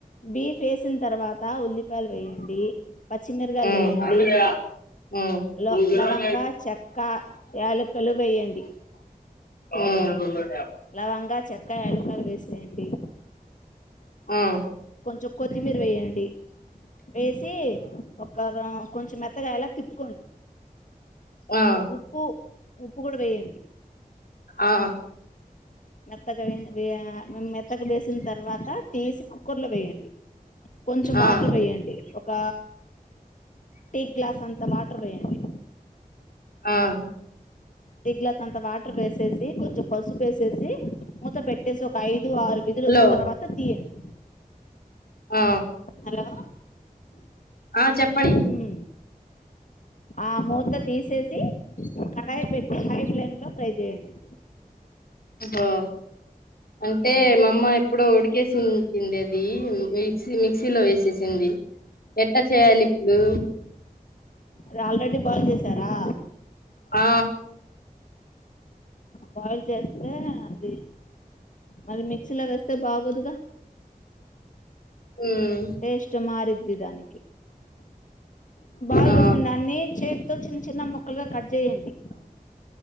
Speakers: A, on the left (about 55°); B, on the left (about 75°).
A: బీఫ్ వేసిన తర్వాత ఉల్లిపాయలు వేయండి. పచ్చిమిరగాయలు
B: ఉమ్
A: వేయండి
B: ఉమ్
A: లో
B: ఉమ్
A: లవంగా చెక్క యాలకులు వేయండి
B: ఉమ్. కోలై
A: లవంగా చెక్క యాలుకలు వేసేయండి
B: ఆహ్.
A: కొంచెం కొత్తిమీర వేయండి వేసి ఒక రా. కొంచెం మెత్తగాయేలా తిప్పుకోండి.
B: ఆ
A: ఉప్పు. ఉప్పు కూడా వేయండి.
B: ఆహ్.
A: మెత్తగా వేయ వెయ్యాగ మెత్తగా వేసిన తర్వాత తీసి కుక్కర్లో వేయండి. కొంచెం వాటర్
B: ఆ
A: వేయండి ఒక. టీ గ్లాస్ అంతా వాటర్ పోయండి.
B: ఆహ్.
A: టీ గ్లాస్ అంతా వాటర్ వేసేసి కొంచెం పసుపు వేసేసి మూత పెట్టేసి ఒక ఐదు. ఆరు విజులు
B: హలో
A: వచ్చిన తర్వాత తీయండి
B: ఆ
A: హలో
B: ఆ చెప్పండి
A: ఉమ్ ఆ మూత తీసేసి కడాయి పెట్టి హై ఫ్లేమ్ లో ఫ్రై చేయండి
B: ఓహో అంటే
A: ఉమ్
B: మామ్మ ఎప్పుడు ఉడికేసి కిందదీ మిక్సీ మిక్సీలో వేసేసింది ఎట్లా చేయాలి ఇప్పుడు
A: అది ఆల్రెడీ భోంజేసారా
B: ఆ
A: బాయిల్ చేస్తే అది మరి మిక్సీలో వేస్తే బాగోదుగా
B: ఉమ్
A: టేస్ట్ మారిద్ది దానికి బాల్
B: ఆ
A: చేసిన్ దాన్ని చేత్తో చిన్న చిన్న ముక్కలుగా కట్ జేయండి